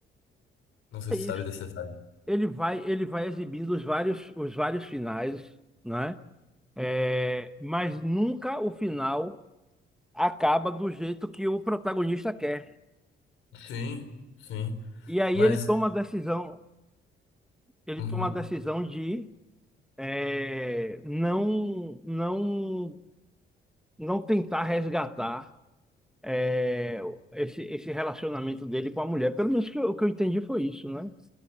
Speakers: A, on the left; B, in the centre.
A: Não sei
B: é
A: se
B: isso.
A: tu sabe desse detalhe.
B: Ele vai, ele vai exibindo os vários, os vários finais, né? É, mas nunca o final acaba do jeito que o protagonista quer.
A: Sim, sim.
B: E aí
A: Mas,
B: ele toma a decisão, ele
A: uhum.
B: toma a decisão de é, não, não, não tentar resgatar é, esse, esse relacionamento dele com a mulher. Pelo menos que eu- o que eu entendi foi isso, né?